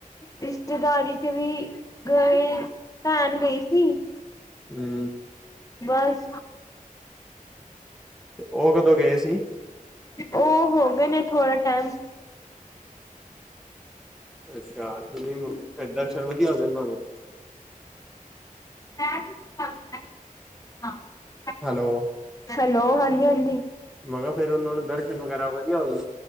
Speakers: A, on the left (about 25°); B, in the centre.
A: ਰਿਸ਼ਤੇਦਾਰੀ ਚ ਵੀ ਗਏ ਭੈਣ ਗਈ ਸੀ।
B: ਹੂੰ।
A: ਬਸ
B: ਤੇ ਉਹ ਕਦੋਂ ਗਏ ਸੀ?
A: ਉਹ ਹੋ ਗਏ ਨੇ ਥੋੜਾ ਟਾਈਮ
B: ਅੱਛਾ, ਦਰਸ਼ਨ ਵਧੀਆ ਹੋ ਗਏ ਤੁਹਾਨੂੰ।
A: <unintelligible>
B: ਹੈਲੋ।
A: ਹੈਲੋ, ਹਾਂਜੀ ਹਾਂਜੀ।
B: ਮੈਂ ਕਿਹਾ ਫੇਰ ਉਹਨਾਂ ਨੂੰ ਦਰਸ਼ਨ ਵਗੈਰਾ ਵਧੀਆ ਹੋ ਗਏ